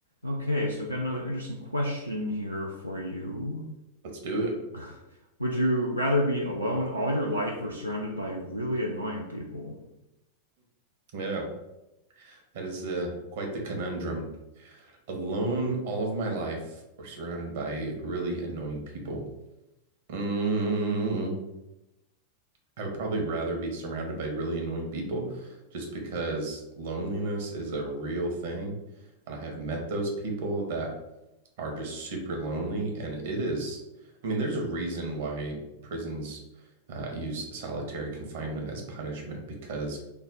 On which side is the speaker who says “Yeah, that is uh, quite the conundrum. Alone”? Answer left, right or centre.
Right